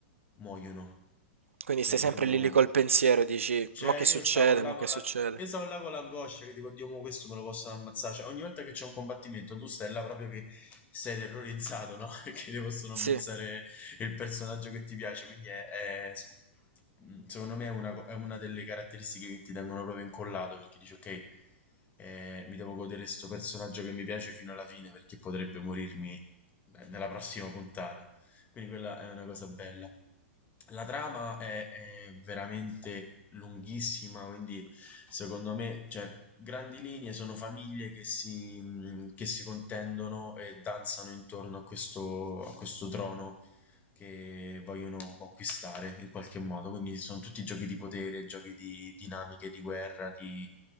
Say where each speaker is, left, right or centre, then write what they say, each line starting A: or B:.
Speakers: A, on the left; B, on the right.
A: muoiono,
B: Quindi
A: per-
B: stai sempre
A: vengono
B: lì lì col pensiero, dici,
A: cioè,
B: mo che succede,
A: io stavo là
B: mo che
A: con
B: succede.
A: la... Io stavo là con l'angoscia che dico, Dio, mo questo me lo possono ammazzare. Cioè, ogni volta che c'è un combattimento, tu stai là proprio che sei terrorizzato, no? <laughs> Perché ti possono
B: Sì,
A: ammazzare il personaggio che ti piace. Quindi è, è- mm, secondo me è una, co- è una delle caratteristiche che ti tengono proprio incollato, perché dici, ok, eh, mi devo godere questo personaggio che mi piace fino alla fine, perché potrebbe morirmi eh, nella prossima puntata. Quindi quella è una cosa bella. La trama è, è veramente lunghissima, quindi secondo me, cioè, grandi linee sono famiglie che si, mh, che si contendono e danzano intorno a questo, a questo trono che vogliono conquistare in qualche modo. Quindi sono tutti giochi di potere, giochi di dinamiche, di guerra, di